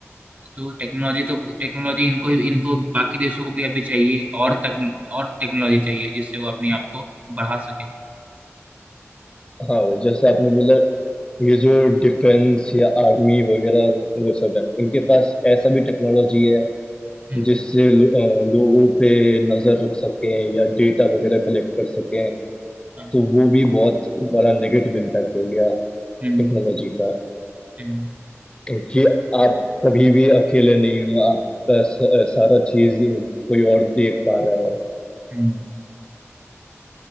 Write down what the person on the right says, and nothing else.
तो टेक्नोलॉजी तो टेक्नोलॉजी इनको इनको बाकी देशों को भी अभी चाहिए और तक और टेक्नोलॉजी चाहिए जिससे वो अपने आप को बढ़ा सके
हम्म
हाँ,
हम्म
हम्म
हम्म,